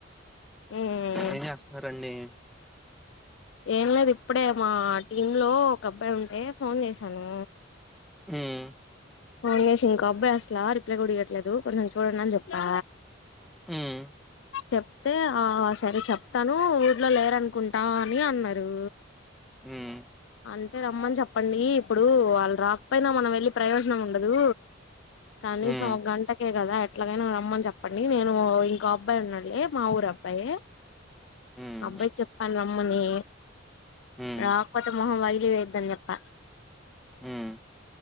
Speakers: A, on the left; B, in the centre.
A: ఉమ్
B: ఏం చేస్తన్నారండీ
A: ఏం లేదు ఇప్పుడే మా టీమ్మ్ లో ఒక అబ్బాయి ఉంటే ఫోన్ చేశానూ
B: ఉమ్
A: ఫోన్ చేసి ఇంకా అబ్బాయ్ అస్లా రిప్లై కూడియట్లేదు కొంచెం చూడండి అని చెప్పా
B: ఉమ్
A: చెప్తే ఆ సరే చెప్తాను ఊర్లో లేరనుకుంటా అని అన్నారు
B: హ్మ్మ్
A: అంతే రమ్మని చెప్పండి ఇప్పుడు వాళ్ళు రాకపోయినా మనం వెళ్ళి ప్రయోజనం ఉండదు కనీసం
B: ఉమ్
A: ఒక గంటకే కదా ఎట్లాగైనా రమ్మని చెప్పండి నేను ఇంకో అబ్బాయి ఉన్నడు లే మా ఊరు పయే
B: ఉమ్
A: అబ్బాయికి చెప్పాను రమ్మని
B: ఉమ్
A: రాకపోతే మొహం పగిలి పోద్దని చెప్ప
B: హ్మ్మ్